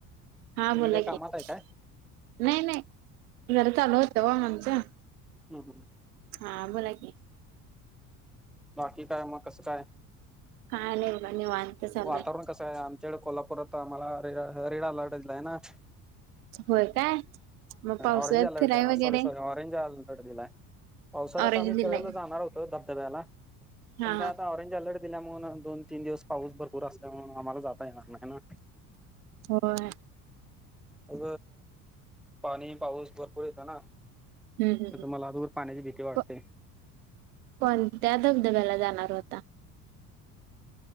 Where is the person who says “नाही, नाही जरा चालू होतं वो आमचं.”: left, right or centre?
Right